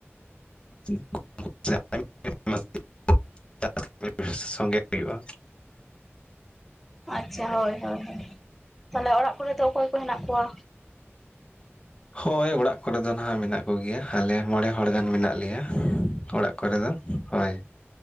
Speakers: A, on the left; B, in the centre.
A: <unintelligible> ᱥᱚᱸᱜᱮ ᱦᱩᱭᱩᱜᱼᱟ᱾
B: ᱟᱪᱪᱷᱟ ᱦᱚᱭ ᱦᱚᱭ ᱦᱚᱭ ᱛᱟᱦᱞᱮ ᱚᱲᱟᱜ ᱠᱚ ᱨᱮ ᱫᱚ ᱚᱠᱚᱭ ᱠᱚ ᱦᱮᱱᱟᱜ ᱠᱚᱣᱟ?
A: ᱦᱳᱭ ᱚᱲᱟᱜ ᱠᱚ ᱨᱮ ᱫᱚ ᱱᱟᱦᱟᱜ ᱢᱮᱱᱟᱜ ᱠᱚ ᱜᱮᱭᱟ ᱟᱞᱮ ᱢᱚᱬᱮ ᱦᱚᱲ ᱜᱟᱱ ᱢᱮᱱᱟᱜ ᱞᱮᱭᱟ ᱚᱲᱟᱜ ᱠᱚ ᱨᱮ ᱫᱚ ᱦᱳᱭ᱾